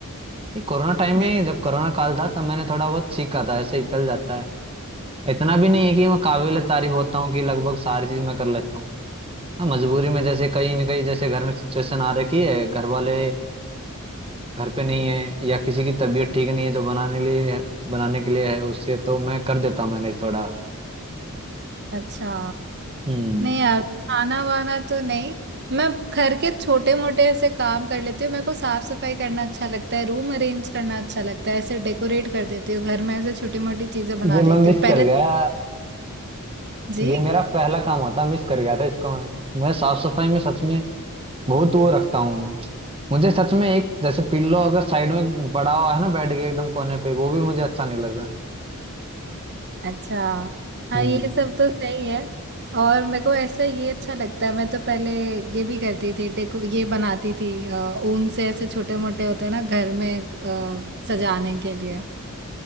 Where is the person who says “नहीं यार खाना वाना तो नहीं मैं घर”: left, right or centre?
Right